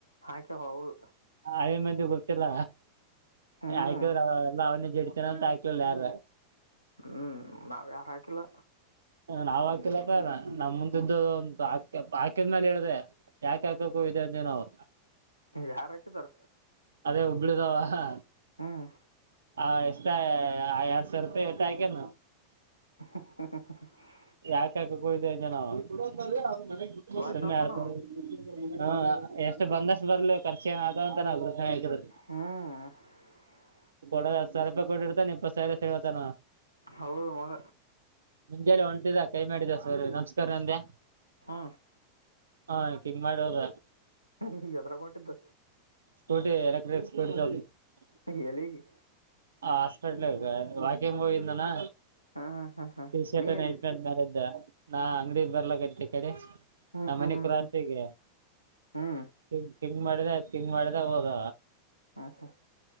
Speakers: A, on the left; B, on the right.
A: ಹಾಕ್ಯಾವ ಹೌದು
B: ಅವೇ ಮಂದ ಗೊತ್ತಿಲ್ಲ.
A: ಹ್ಮ್
B: ಆಯ್ಕಿದ್ರ ಅವ ಎಲ್ಲ ಅವನ್ನೇ ಜಡಿತನಂತ ಆಯಕ್ಲಿಲ್ಲ ಯಾರ.
A: ಹ್ಮ್ ನಾವಯಾರು ಹಾಕಿಲ್ಲ.
B: ನಾವ್ ಹಾಕಿಲ್ಲಪ್ಪ ನಮ್ ಮುಂದ ಇದ್ದ ಒಂದು ಆಕಿದನೇಲ ಹೇಳ್ದ. ಯಾಕ ಹಾಕಕ್ಕ ಹೋಗದ್ದು ಅಂದೆ ನಾವು.
A: ಯಾರ ಹಾಕಿದಾರ.
B: ಅದೇ ಹುಬ್ಳಿದಾವ-
A: ಹ್ಮ್
B: ಆ -ಎಷ್ಟ ಎರಡ್ ಸಾವರ ರೂಪಾಯಿ ಐತ- ಆ-
A: <unintelligible>
B: ಯಾಕ್ ಹಾಕಕ್ ಹೋಗಿದ್ದೆ ಅಂಜನೋ ಇದ ಬಿಡು ಅಂದಾರಿ ಅದಕ. <unintelligible>
A: ಆಯ್ತು
B: ಸಮ್ಮನೆ
A: ಅಂತಾನು
B: ಅರ್ದ <unintelligible> ಹ. ಎಷ್ಟು ಬಂದಷ್ಟು ಬರ್ಲಿ ಖರ್ಚು ಏನಗೋ ಅದು ಒಂತರ. <unintelligible>
A: ಹ್ಮ್.
B: ಕೊಡ ಹತ್ತ ಸಾವಿರ ರೂಪಾಯಿ ಕೊಟ್ಟಿರ್ತಾನ ಇಪ್ಪತ್ತ ಸಾವಿರ ಇಸ್ಕೊತನ್ನ.
A: ಹೌದ ಮಗ.
B: ಮುಂಚಳಿ ಹೊಂಟಿದ ಕೈ ಮಾಡಿದ ಸರಿ ನಮಸ್ಕಾರ ಅಂದ್ಯಾ.
A: ಹಾ.
B: ಹ ಕಿಂಗ್ ಮಾಡಿ ಹೋದ.
A: <unintelligible> ಹೆದರ ಕೊಂಡಿದ್ದ.
B: Scooty electric scooty. <unintelligible>
A: ಹ ಎಲ್ಲಿಗಿ.
B: ಹ ಹಾಸ್ಪೆಟ್ಲೆಗ ವಾಕ್ಯಂಗ ಹೋಗಿದ್ದೀನಿ ನಾ.
A: ಹಾಂ ಹಾಂ ಹಾಂ ಹಾಂ
B: ಟೀ ಶರ್ಟ್
A: ನೀ ಎಲ್ಲಿದ್ದಿ
B: ನೈಟ್ ಪ್ಯಾಂಟ್ ಮ್ಯಾಲ್ ಇದ್ದ ನಾ ಅಂಗಡಿ ಬರ್ಲಕ್ಕತಿ ಈ ಕಡಿ.
A: ಹ್ಞೂ
B: ನಮ್ಮ
A: ಹ್ಞೂ
B: ಮನಿ
A: ಹ್ಞೂ
B: ಕ್ರಾಸಿಗೆ
A: ಹ್ಞೂ ಹ್ಞೂ
B: ಟಿಂಗ್ ಟಿಂಗ್ ಮಾಡಿದ. ಟಿಂಗ್ ಮಾಡಿದ ಹೋದ.
A: ಹ್ಞೂ ಹ್ಞೂ